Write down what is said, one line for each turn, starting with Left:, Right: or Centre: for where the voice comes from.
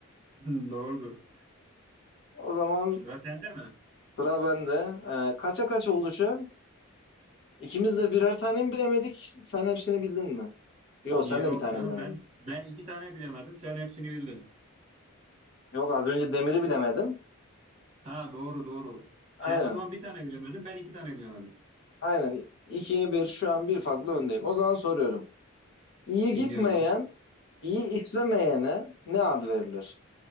Right: <laughs> Doğrudur.
Left: O zaman
Right: Sıra sende mi?
Left: sıra bende. E, kaça kaç oldu şu an? İkimiz de birer tane mi bilemedik? Sen hepsini bildin mi? Yok,
Right: Yok
Left: sen de bir tane
Right: canım
Left: bilemedin.
Right: ben ben iki tane bilemedim. Sen hepsini bildin.
Left: Yok az önce demiri bilemedim.
Right: Ha doğru doğru.
Left: Aynen.
Right: Sen o zaman bir tane bilemedin. Ben iki tane bilemedim.
Left: Aynen. 2'ye bir, şu an bir farklı öndeyim. O zaman soruyorum. İyi
Right: Dinliyorum.
Left: gitmeyen, iyi işlemeyene ne ad verilir?